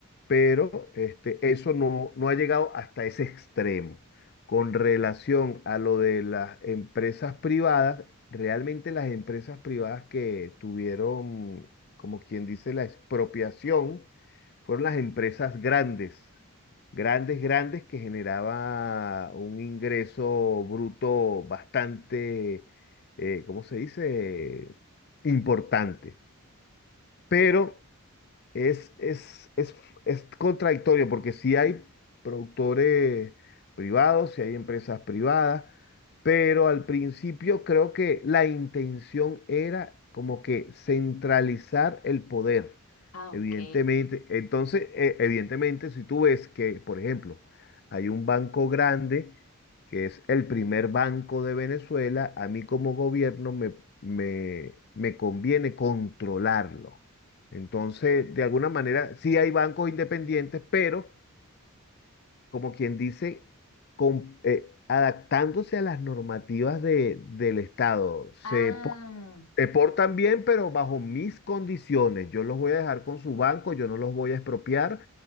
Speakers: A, on the left (about 45°); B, on the left (about 80°).
A: pero este, eso no, no ha llegado hasta ese extremo. Con relación a lo de las empresas privadas, realmente las empresas privadas que tuvieron, como quien dice, la expropiación, fueron las empresas grandes, grandes, grandes, que generaba un ingreso bruto bastante, eh, ¿cómo se dice? Importante. Pero es, es, es, es contradictorio porque si hay productores privados, si hay empresas privadas, pero al principio creo que la intención era como que centralizar el poder.
B: Ah,
A: Evidentemente,
B: ok.
A: entonces, e- evidentemente, si tú ves que, por ejemplo, hay un banco grande que es el primer banco de Venezuela, a mí como gobierno me, me me conviene controlarlo. Entonces, de alguna manera, sí hay bancos independientes, pero como quien dice, con- eh, adaptándose a las normativas de- del Estado.
B: Ah,
A: Se, po- se portan bien, pero bajo mis condiciones. Yo los voy a dejar con su banco, yo no los voy a expropiar,